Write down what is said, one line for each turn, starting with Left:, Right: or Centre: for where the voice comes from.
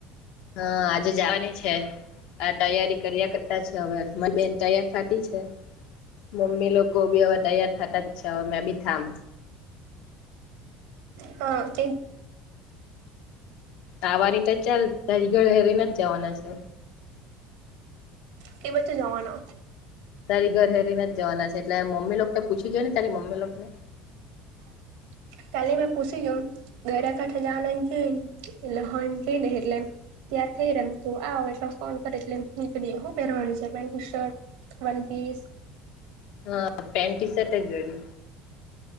Left: હા આજે જવાની છે આ તૈયારી કર્યા કરતા છે હવેરી બેન તૈયાર થાતી છે? મમ્મી લોકો ભી હવે તૈયાર થતા છે મે બી થામ.
Right: હા <inaudible>
Left: આવવાની તો ચાલ <inaudible> જ જવાના છે.
Right: કે વચ્ચે જવાના?
Left: તારી ઘર હેરીને જવાના છે, એટલે મમ્મી લોકથી પૂછી જોઈ ને તારી મમ્મી લોક ને.
Right: <inaudible> તાલે મે પૂછી જા ઘરે કઠ જન કે લહ કે ડરલેન <inaudible> ત્યાંથી રમતું આવ એટલે ફોન કર એટલે <inaudible> હું પહેરવાની છે પેન્ટ ટીશર્ટ, વન પીસ <inaudible>
Left: હા પેન્ટ ટી શર્ટ જ <inaudible>